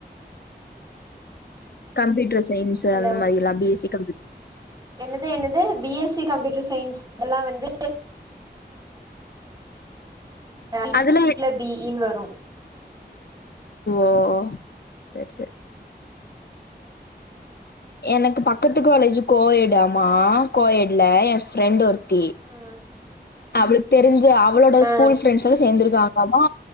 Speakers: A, on the left; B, on the right.
A: கம்ப்யூட்டர் சயின்ஸ்
B: ஹலோ
A: அந்த மாதிரில்லா பி எஸ் கம்யூ <inaudible>
B: என்னது என்னது பி எஸ்சி கம்யூட்ட சயின்ஸ் அதெல்லா வந்து <unintelligible>
A: அதுல
B: பி இன் வரும் புறம்
A: ஓ சேரி சேரி எனக்கு பக்கத்து காலேஜ் கோயடாமா கோயட்ல என் ஃப்ரெண்ட் ஒரு தி
B: ம்
A: அவளுக்கு தெருஞ்சு க்கு அவளோட
B: ஆ
A: ஸ்கூல் ஃப்ரெண்ட்ஸ் எல்லா சேந்துருக்காங் ளாமா